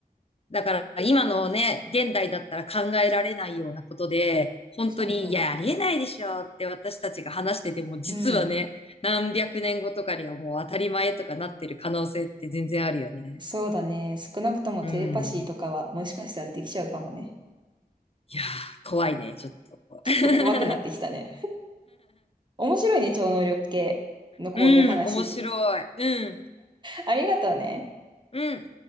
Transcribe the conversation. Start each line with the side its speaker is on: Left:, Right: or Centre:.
Left: だから今のね、現代だったら考えられないようなことで、本当に、
Right: そうそ
Left: いや、ありえないでしょって私たちが話してても、実はね、
Right: う。うん。
Left: 何百年後とかにはもう当たり前とかなってる可能性って全然あるよね。
Right: そうだね。少なくともテレパシーとかはもしかしたらできちゃうかもね。
Left: うん。いやー、怖いね、ちょっと。
Right: ちょっと怖くなってきたね。
Left: <laughs>
Right: 面白いね、超能力系のこういう話。
Left: うん、面白い。うん、
Right: ありがとうね。
Left: うん。